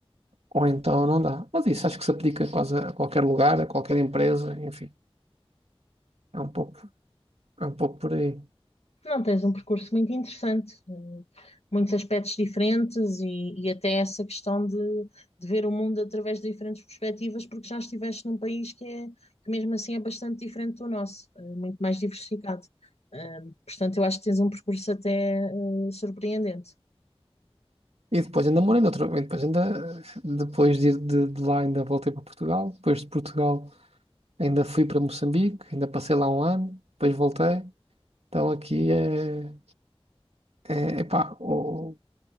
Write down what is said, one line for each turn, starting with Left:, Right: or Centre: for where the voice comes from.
Right: ou então não dá. Mas isso acho que se aplica quase a qualquer lugar, a qualquer empresa, enfim, é um pouco, é um pouco por aí.
Left: Não, tens um percurso muito interessante, eh, muitos aspectos diferentes e, e até essa questão de, de ver o mundo através de diferentes perspectivas, porque já estiveste num país que é, que mesmo assim é bastante diferente do nosso, eh, muito mais diversificado. Eh, portanto, eu acho que tens um percurso até, eh, surpreendente.
Right: E depois ainda morei noutro, e depois ainda, depois de, de, de lá ainda voltei para Portugal, depois de Portugal ainda fui para Moçambique, ainda passei lá um ano, depois voltei. Então aqui é, é, epá, o,